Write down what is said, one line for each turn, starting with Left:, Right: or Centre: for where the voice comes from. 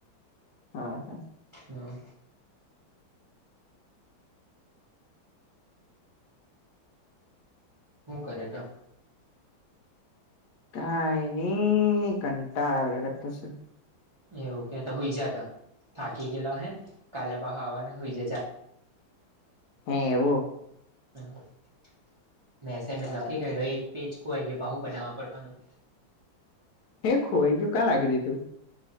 Left: હા હા.
Right: હમ્મ. હું કરે તો?
Left: કાંઈ નહિ કંટાળા આવ્યા કરતો છે.
Right: એવું કે સુઈ જાતો થાકી ગયેલો અહે કાલે પાહો આવવાનો.
Left: હે એવું.
Right: મેં અસાઈમેન્ટ
Left: બરાબર
Right: લખી કાઢ્યો એક પેજ ખોવાઈ ગયું પાછું બનાવવા પડવાનું.
Left: હે ખોવાઈ ગયું ક્યાં લાખી દીધું?